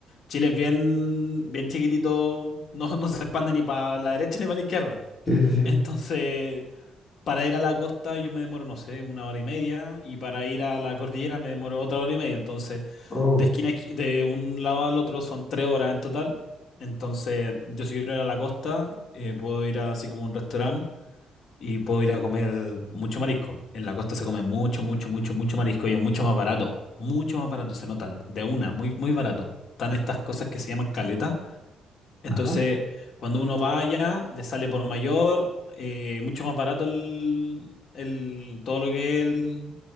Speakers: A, on the left (about 55°); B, on the left (about 25°).
A: Chile es bien, bien chiquitito, <laughs> no, no se expande ni para la derecha ni para la izquierda.
B: Sí, sí, sí.
A: Entonces, para ir a la costa yo me demoro, no sé, una hora y media y para ir a la cordillera me demoro otra hora y media. Entonces,
B: Oh,
A: de esquina a esqui- de un lado al otro son tres horas en total. Entonces, yo si quiero ir a la costa, eh, puedo ir a así como un restaurante y puedo ir a comer mucho marisco. En la costa se come mucho, mucho, mucho, mucho marisco y es mucho más barato. Mucho más barato, se nota de una, muy, muy barato. Están estas cosas que se llaman caletas entonces,
B: Ajá.
A: cuando uno vaya, le sale por mayor, eh, mucho más barato el, el- todo lo que es el